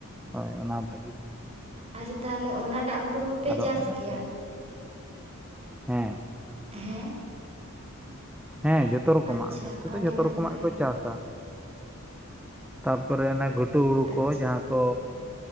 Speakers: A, in the centre; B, on the right.
A: ᱦᱳᱭ ᱚᱱᱟ ᱵᱷᱟᱹᱜᱤ
B: ᱟᱪᱪᱷᱟ ᱛᱟᱦᱚᱞᱮ ᱚᱱᱟᱴᱟᱜ ᱦᱳᱲᱳ ᱦᱚᱸᱯᱮ
A: ᱟᱫᱚ
B: ᱪᱟᱥ
A: ᱚᱱᱟ
B: ᱜᱮᱭᱟ
A: ᱠᱚ ᱦᱮᱸ
B: ᱦᱮᱸ
A: ᱦᱮᱸ ᱡᱷᱚᱛᱚ ᱨᱚᱠᱚᱢᱟᱜ
B: ᱟᱪᱪᱷᱟ
A: ᱟᱞᱮ ᱚᱱᱛᱮ
B: ᱟᱹᱰᱤ
A: ᱫᱚ ᱡᱷᱚᱛᱚ
B: ᱱᱟᱯᱟᱭ
A: ᱨᱚᱠᱚᱢᱟᱜ ᱜᱮᱠᱚ ᱪᱟᱥᱟ ᱛᱟᱯᱚᱨᱮ ᱚᱱᱟ ᱜᱷᱩᱴᱩ ᱦᱳᱲᱳ
B: ᱟᱪᱪᱷᱟ
A: ᱠᱚ ᱡᱟᱦᱟᱸ ᱠᱚ